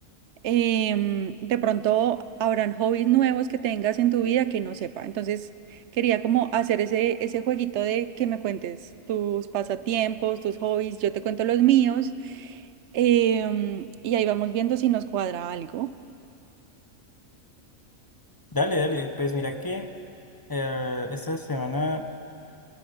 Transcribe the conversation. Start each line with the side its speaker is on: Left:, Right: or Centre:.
Right: em, de pronto habrán hobbies nuevos que tengas en tu vida que no sepa. Entonces, quería como hacer ese, ese jueguito de que me cuentes tus pasatiempos, tus hobbies, yo te cuento los míos, em, y ahí vamos viendo si nos cuadra algo.
Left: Dale, dale, pues mira que eh, esta semana